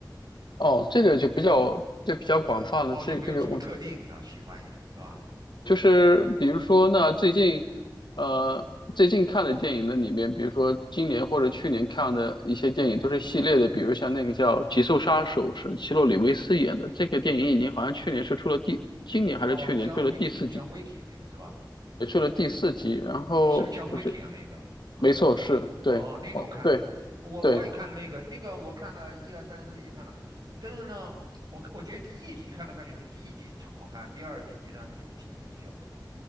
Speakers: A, on the left (about 80°); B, on the right (about 60°).
A: 哦，这个就比较就比较广泛了。
B: 哦，
A: 这这个问题，
B: 就没有什么特定的喜欢一种是吧？
A: 就是比如说，那最近呃最近看的电影的里面，比如说今年或者去年看的一些电影都是系列的，比如像那个叫《极速杀手》是奇洛里维斯演的，这个电影已经好像去年是出了第，今年还是去年出了第四季，
B: 哦，John Wick，John Wick 那个是吧？
A: 也出了第四集。然后我觉
B: 是不是 John Wick 啊？那个啊，
A: 没错，是对
B: 哦，那个我看了，
A: 对
B: 我我也看那个，
A: 对。
B: 那个我看了一二三四也看了，但是呢，我我觉得第一集看来看去还是第一集好看，第二集、第三集、第四集就